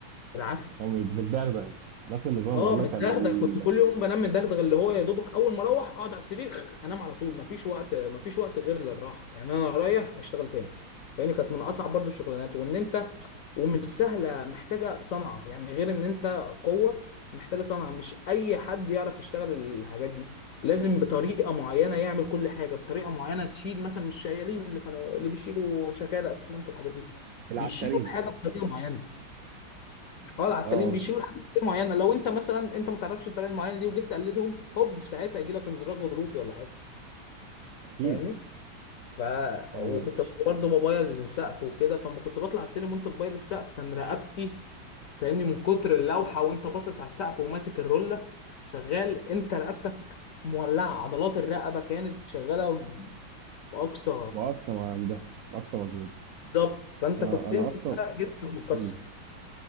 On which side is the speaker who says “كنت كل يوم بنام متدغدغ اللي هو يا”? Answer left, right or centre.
Left